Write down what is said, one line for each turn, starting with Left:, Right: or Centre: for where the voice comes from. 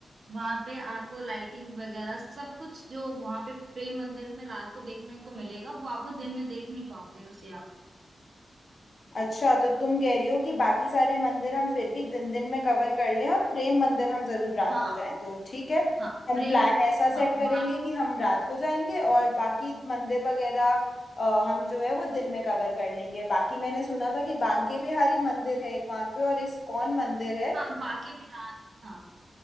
Right: वहां पे आपको लाइटिंग वगैरह सब कुछ जो वहां पे प्रेम मंदिर में रात को देखने को मिलेगा वो आपको दिन में देख नहीं पाओगे उसे आप
Left: अच्छा तो तुम कह रही हो कि बाकी सारे मंदिर हम फिर भी दिन दिन में कवर कर लें और प्रेम मंदिर हम जरूर रात
Right: हाँ
Left: को जाएं तो ठीक है
Right: हाँ
Left: हम
Right: प्रेम
Left: प्लान ऐसा
Right: हाँ
Left: सेट करेंगे
Right: वहां
Left: कि हम रात को जाएंगे और बाकी मंदिर वगैरह अ, हम जो है वो दिन में कवर कर लेंगे बाकी मैंने सुना था कि बांके बिहारी मंदिर है एक वहां पे और इस्कॉन मंदिर है
Right: हाँ बांके बिहार हाँ